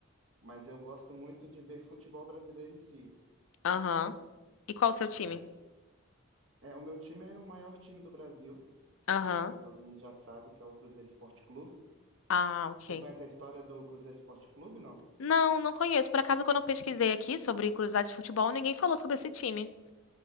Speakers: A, on the right (about 80°); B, on the left (about 85°).
A: mas eu gosto muito de ver futebol brasileiro em si.
B: Aham. E qual o seu time?
A: É, é, o meu time é o maior time do Brasil,
B: Aham.
A: que todo mundo já sabe que é o Cruzeiro Esporte Clube.
B: Ah, ok.
A: Você conhece a história do Cruzeiro Esporte Clube, não?
B: Não, não conheço. Por acaso, quando eu pesquisei aqui sobre curiosidades de futebol, ninguém falou sobre esse time.